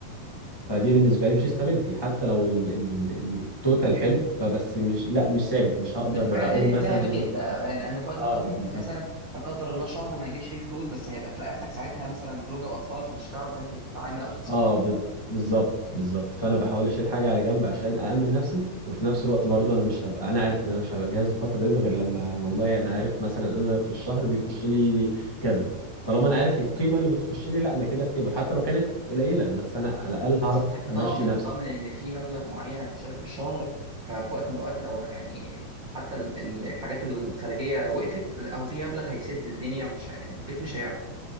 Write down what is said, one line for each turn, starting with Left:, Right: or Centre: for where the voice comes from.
Left: فدي بالنسبه لي مش استابيليتي حتى لو ال- ال- ال- التوتال حلو فبس مش لا مش ثابت مش
Right: مش
Left: هقدر
Right: حاجه
Left: اقول
Right: تبني
Left: مثلا
Right: عليها
Left: ان
Right: بيت
Left: انا
Right: بقى يعني لان في وقت من
Left: اه
Right: الاوقات
Left: بالظبط
Right: ممكن مثلا لا قدر الله شهر ما يجيبش فيه فلوس بس هيبقى في رقبتك ساعتها مثلا زوجه واطفال فمش هتعرف انت تتعامل او تتصرف
Left: اه ب... بالظبط بالظبط فانا بحاول اشيل حاجه على جنب عشان اامن نفسي وفي نفس الوقت برضو انا مش هبقى انا عارف ان انا مش هبقى جاهز الفتره دي غير لما والله انا عارف مثلا انا في الشهر بيخش لي كذا طالما انا عارف القيمه اللي بتخش لي لا انا كده ستيبل حتى لو كانت قليله بس انا على الاقل
Right: بس
Left: هعرف
Right: انت ضامن
Left: امشي نفسي
Right: ضامن ان في مبلغ معين هيخش لك في الشهر ففي وقت من الاوقات لو يعني حتى ال- ال- الحاجات الخارجيه وقفت او في مبلغ هيسد الدنيا مش ه- يعني البيت مش هيعطل